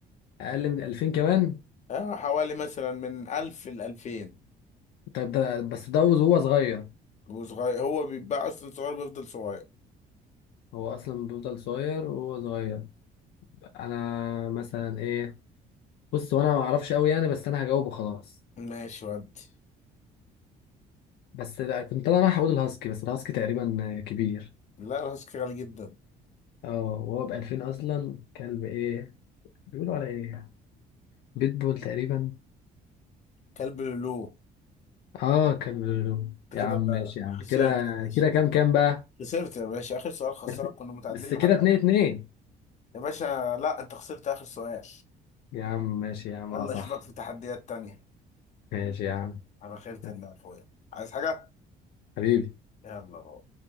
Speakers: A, on the left (about 75°); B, on the left (about 45°).
A: اقل من 2000 كمان
B: اه حوالي مثلا من ألف لألفين
A: طب ده بس ده وهو صغير
B: وصغير هو بيتباع اصلا صغير بيفضل صغير
A: هو اصلا بيفضل صغير وهو صغير انا مثلا ايه بص وانا ما اعرفش قوي يعني بس انا هجاوبه خلاص
B: ماشي ودي
A: بس لا كنت انا رايح اقول الهاسكي بس الهاسكي تقريبا كبير
B: لا الهاسكي غالي جدا
A: اه وهو ب 2000 اصلا كلب ايه بيقولوا على ايه بيتبول تقريبا
B: كلب لولو
A: اه كلب لولو
B: انت
A: يا
B: كده
A: عم
B: بقى
A: ماشي يا
B: خسرت
A: عم كده
B: يا باشا
A: كده كام كام بقى
B: خسرت يا باشا اخر سؤال خسرك
A: بس
B: كنا متعادلين
A: بس
B: لحد
A: كده اتنين اتنين
B: يا باشا لا انت خسرت اخر سؤال
A: يا عم ماشي يا عم
B: يلا
A: اه صح
B: اشوفك في تحديات تانية
A: ماشي يا عم
B: على خيرة
A: يلا.
B: الله يا اخويا عايز حاجة
A: حبيبي
B: يلا بابا